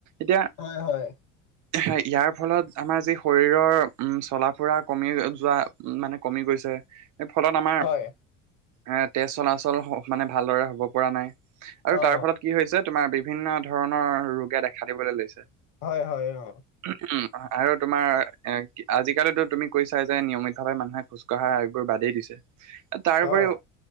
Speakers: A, on the right; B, on the left.
A: এতিয়া
B: অয়-হয়
A: ইয়াৰ ফলত আমাৰ যি শৰীৰৰ উম চলা ফুৰা কমি যোৱা মানে কমি গৈছে এই ফলত আমাৰ
B: হয়
A: এ তেজ চলাচল মানে ভালদৰে হ'ব পৰা নাই। আৰু
B: অ
A: তাৰ ফলত কি হৈছে তোমাৰ বিভিন্ন ধৰণৰ ৰোগে দেখা দিবলৈ লৈছে।
B: হয়- হয় অ।
A: <unintelligible> উম, আৰু তোমাৰ এ আজিকালিতো তুমি কৈছা যে নিয়মিতভাৱে মানুহে খোজ খোজ কাঢ়া এইবোৰ বাদেই দিছে এ আৰু তাৰোপৰিও
B: অ অ